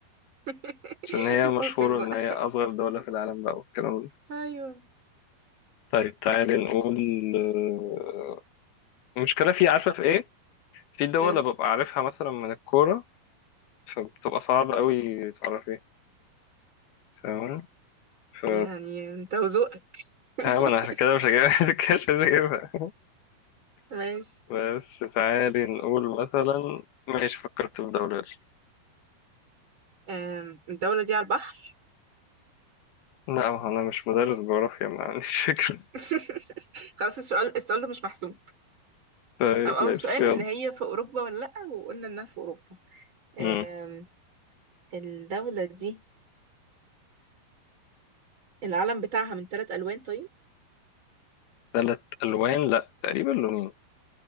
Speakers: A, on the right; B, on the left.
A: <laughs>
B: عشان هي مشهوره
A: فكك بقى
B: ان هي اصغر دوله في العالم بقى والكلام ده
A: ايوه
B: طيب تعالي نقول آه، المشكله في عارفه في ايه في دول
A: ايه
B: ببقى عارفها مثلا من الكوره فبتبقى صعب قوي تعرفي فاهمة ف
A: يعني انت وذوقك <laughs>
B: ها ما انا عشان كده مش هجيبها <laughs> عشان كده مش عايز اجيبها
A: ماشي
B: بس تعالي نقول مثلا ماشي فكرت في دولة
A: أم، الدولة دي على البحر
B: لا ما هو أنا مش مدرس جغرافيا ما عنديش فكرة
A: <laughs> خلاص السؤال السؤال ده مش محسوب
B: طيب
A: او
B: ماشي
A: اول سؤال
B: يلا
A: ان هي في اوروبا ولا لا وقلنا انها في اوروبا أم،
B: مم.
A: الدولة دي العلم بتاعها من ثلاث الوان طيب
B: تلات ألوان لا تقريبا لونين